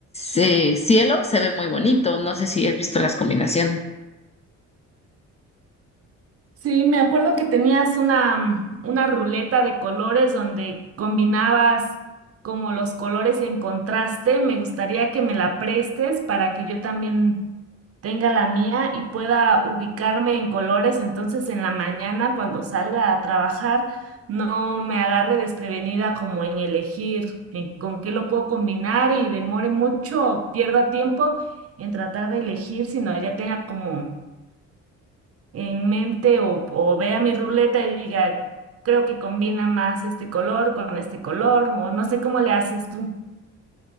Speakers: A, on the left (about 20°); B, on the right (about 50°).
A: eh, cielo, se ve muy bonito. No sé si has visto las combinaciones.
B: Sí, me acuerdo que tenías una, mm, una ruleta de colores donde combinabas como los colores en contraste. Me gustaría que me la prestes para que yo también tenga la mía y pueda ubicarme en colores. Entonces en la mañana cuando salga a trabajar no me agarre desprevenida como en elegir en con qué lo puedo combinar y demore mucho o pierda tiempo en tratar de elegir, sino ya tenga como en mente o, o vea mi ruleta y diga, creo que combina más este color con este color, o no sé cómo le haces tú.